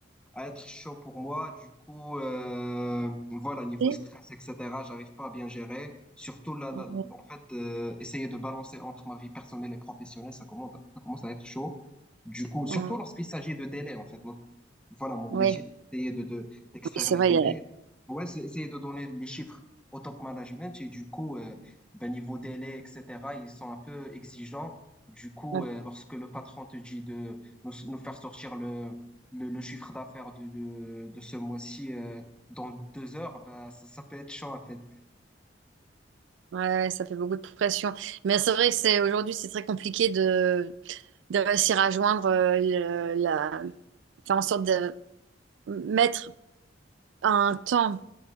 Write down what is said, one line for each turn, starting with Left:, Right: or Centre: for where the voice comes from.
Centre: à être chaud pour moi. Du coup, euh, voilà, niveau
Right: Et-
Centre: stress, etc., j'arrive pas à bien gérer. Surtout, là,
Right: ouais,
Centre: là, en fait, euh, essayer de balancer entre ma vie personnelle et professionnelle, ça commence, ça commence à être chaud. Du coup, surtout
Right: euh,
Centre: lorsqu'il s'agit de délais, en fait. Mon- voilà, mon
Right: ouais,
Centre: métier, c'est essayer de, de, d'extraire
Right: c'est
Centre: les
Right: vrai,
Centre: données.
Right: il y a-
Centre: Ouais, c'est essayer de donner les chiffres au top management. Et du coup, euh, ben, niveau délai, etc., ils sont un peu exigeants. Du coup,
Right: ouais,
Centre: euh, lorsque le patron te dit de nous, nous faire sortir le, le, le chiffre d'affaires de, de, de ce mois-ci euh, dans deux heures, bah, ça, ça peut être chaud en fait.
Right: ouais, ça fait beaucoup de pression. Mais c'est vrai que c'est aujourd'hui, c'est très compliqué de, de réussir à joindre euh, le- la, faire en sorte de mettre un temps